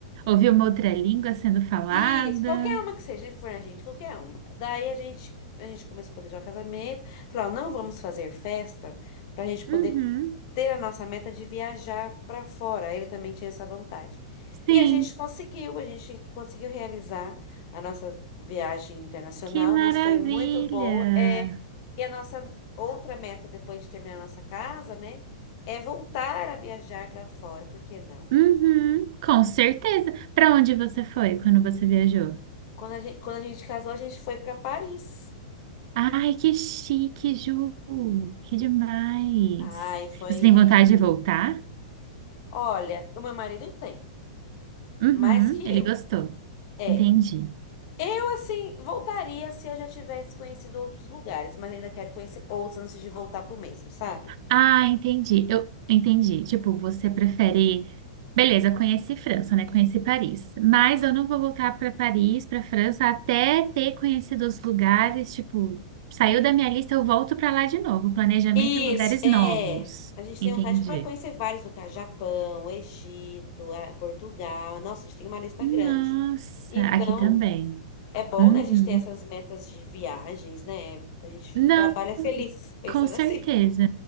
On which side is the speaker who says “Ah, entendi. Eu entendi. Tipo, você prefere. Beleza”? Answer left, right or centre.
Right